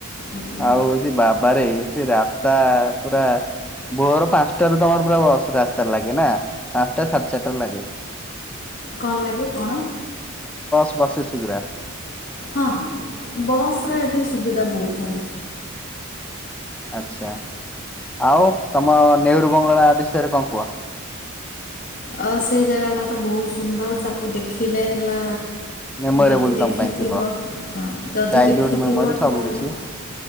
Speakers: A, on the left; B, in the centre.
A: ଓକେ
B: ଆଉ ଯେ ବାବାରେ ସେ ରା ତ ପୁରା ଭୋର ପାଞ୍ଚଟାରୁ ତମର ପୁରା ବସ ରାସ୍ତାରେ ଲାଗେ ନା ପାଞ୍ଚଟା ସା ସେଟାରେ ଲାଗେ।
A: କଣ ଲାଗେ କଣ?
B: ବସ ଶୀଘ୍ର।
A: ହଁ ହଁ ବସ ର ଏଇଠି ସୁବିଧା ବହୁତ ଭଲ।
B: ଆଚ୍ଛା। ଆଉ ତମ ନେହରୁ ବଙ୍ଗଳା ବିଷୟରେ କଣ କୁହ?
A: ଅ ସେ ଜାଗାଟା ତ ବହୁତ ସୁନ୍ଦର ତାକୁ ଦେଖିଲେ ହେଲା।
B: ମେମୋରେବୁଲ
A: ଯଦି ଦେଖିଥିବ।
B: ତମ ପାଇଁ ଥିବ।
A: ଯଦି
B: ଚାଇଲ୍ଡହୁଡ
A: ଦେଖିଥିବ
B: ମେମୋରି ସବୁ
A: ତାହେଲେ?
B: କିଛି